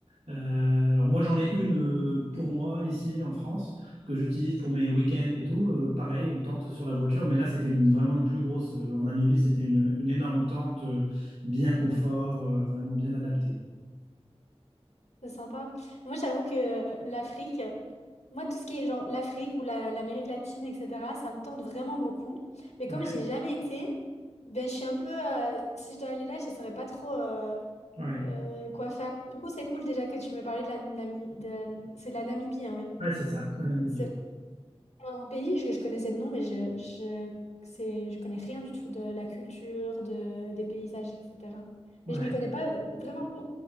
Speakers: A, on the right (about 80°); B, on the left (about 85°).
A: Euh, alors moi, j'en ai une euh, pour moi ici en France que j'utilise pour mes week-ends et tout. Euh, pareil, une tente sur la voiture, mais là, c'était une, vraiment une plus grosse. Euh, en Namibie, c'était une, une énorme tente, euh, bien confort, euh, vraiment bien adaptée.
B: C'est sympa. Moi, j'avoue que euh, l'Afrique, moi, tout ce qui est genre l'Afrique ou la- l'Amérique latine, etc., ça me tente vraiment beaucoup. Mais comme
A: Ouais,
B: j'ai jamais été, ben, je suis un peu. euh, si je dois aller là, je ne saurais pas trop euh,
A: ouais,
B: euh, quoi faire. Du coup, c'est cool déjà que tu me parlais de la Namibie. C'est la Namibie, hein, oui.
A: ouais, c'est ça, la Namibie.
B: C'est
A: Ouais.
B: Un pays, je, je connaissais de nom, mais je, je, c'est, je connais rien du tout de la culture, de, des paysages, etc.
A: Ouais.
B: Mais je m'y connais pas euh, vraiment pas